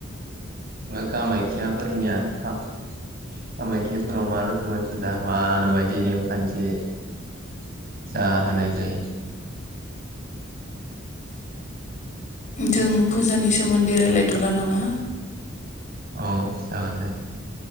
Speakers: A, on the right (about 50°); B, on the left (about 40°).
A: कामाख्याफोरनिया कामाख्याफोराव मा रोखोमै फुजा मा नो बायदि नेमखान्थि आ होनाय जायो
B: जों फुजानि सोमोन्दै रायलायथ'ला नामा
A: औ जागोन दे।